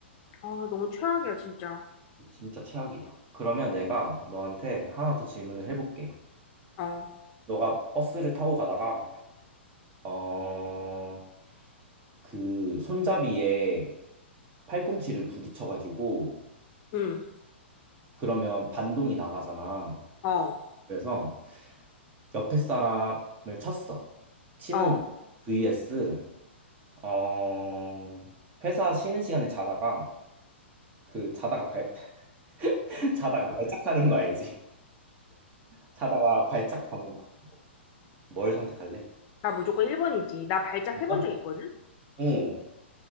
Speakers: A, on the left (about 35°); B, on the right (about 25°).
A: 아, 너무 최악이야, 진짜.
B: 진짜 최악이다. 그러면 내가 너한테 하나 더 질문을 해볼게.
A: 어,
B: 너가 버스를 타고 가다가 어 그 손잡이에 팔꿈치를 부딪혀가지고
A: 응,
B: 그러면 반동이 나가잖아.
A: 어,
B: 그래서 옆에 사람을 쳤어. 치는
A: 어.
B: 거 vs 어 회사 쉬는 시간에 자다가 그 자다가 발 <laughs> 자다가 발작하는 거 알지? <laughs> 자다가 발작하는 거. 뭘 선택할래?
A: 나 무조건 1번이지. 나 발작
B: 진짜?
A: 해본 적 있거든?
B: 어.